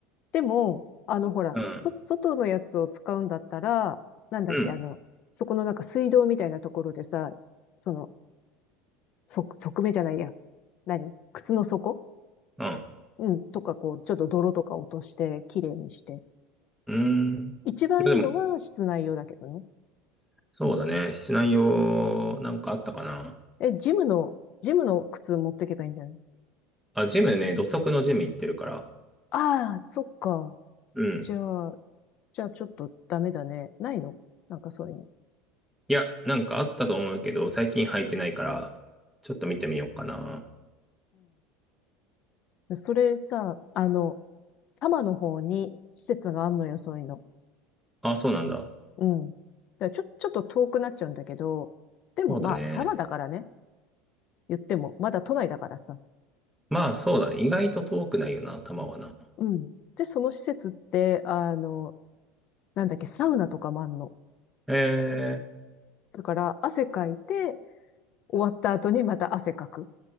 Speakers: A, on the left (about 40°); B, in the centre.
A: でも、あの、ほら、
B: うん、
A: そ、外のやつを使うんだったら、なんだっけ、
B: うん、
A: あの、そこのなんか水道みたいなところでさ、その、側、側面じゃないや。何靴の底
B: うん、
A: うん。とか、こう、ちょっと泥とか落として、綺麗にして。
B: うーん。
A: 一番いいのは室内用だけどね。
B: でも、そうだね。室内用、なんかあったかな。
A: え、ジムの、ジムの靴持ってけばいいんじゃない
B: あ、ジムね、土足のジム行ってるから。
A: ああ、そっか。
B: うん。
A: じゃあ、じゃあちょっとダメだね。ないのなんかそういうの。
B: いや、なんかあったと思うけど、最近履いてないから、ちょっと見てみようかな。
A: うん。それさ、あの、多摩の方に施設があんのよ、そういうの。
B: あ、そうなんだ。
A: うん。だからちょ、ちょっと遠くなっちゃうんだけど、でもまあ、
B: そうだね。
A: 多摩だからね、言っても、まだ都内だからさ。
B: まあ、そうだね。意外と遠くないよな、球はな。
A: うん。で、その施設って、あの、なんだっけ、サウナとかもあんの。
B: ええ、
A: だから、汗かいて、終わった後にまた汗かく。